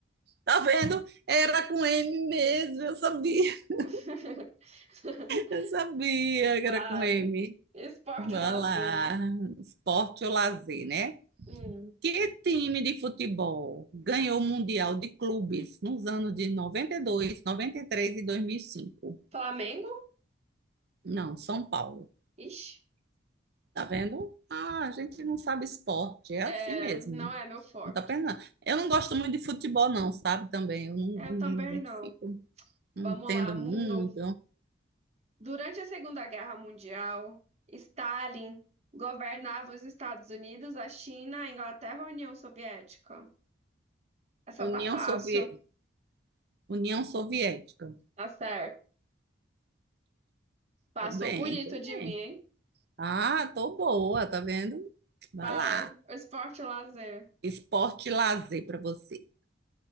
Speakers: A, on the right; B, on the right.
A: Tá vendo? Era com M mesmo, eu sabia. <laughs>
B: <laughs>
A: Eu sabia que
B: Vai.
A: era com M.
B: Esporte
A: Vá
B: e lazer.
A: lá. Esporte ou lazer, né?
B: Hum.
A: Que time de futebol ganhou o Mundial de Clubes nos anos de 92, 93 e 2005?
B: Flamengo?
A: Não, São Paulo.
B: Ixi.
A: Tá vendo? Ah, a gente não sabe esporte, é
B: É,
A: assim mesmo.
B: não é meu forte.
A: Não tá pensando. Eu não gosto muito de futebol, não, sabe? Também, eu não,
B: Eu
A: não
B: também
A: me identifico,
B: não.
A: não
B: Vamos
A: entendo
B: lá, mundo.
A: muito.
B: Durante a Segunda Guerra Mundial, Stalin governava os Estados Unidos, a China, a Inglaterra ou a União Soviética? Essa
A: União
B: tá fácil.
A: Soviética. União Soviética.
B: Tá certo. Passou
A: Tô bem,
B: bonito
A: tô bem.
B: de mim, hein?
A: Ah, tô boa, tá vendo? Vai
B: Vai.
A: lá.
B: Esporte e lazer.
A: Esporte e lazer para você.